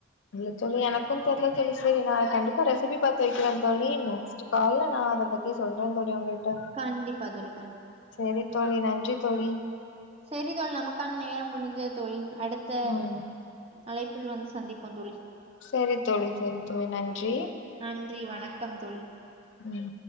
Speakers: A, on the left; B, on the right.
A: இல்ல தோழி எனக்கு தெர்ல தோழி செரி நா கண்டிப்பா ரெசிபி பாத்து வெக்கிறே தோழி நெக் ஸ்ட் கால நா அத பத்தி சொல்ற தோழி உங்க டா
B: கண்டிப்பா தோழி,
A: சேரி தோழி நன்றி தோழி
B: சேரி தோழி நமக்கான நேரம் முடிந்தது தோழி அடுத்த
A: ம்
B: அழைப்பில் வந்து சந்திப்போ தோழி
A: சேரி தோழி சேரி தோழி நன்றி
B: நன்றி வணக்கம் தோழி
A: ம்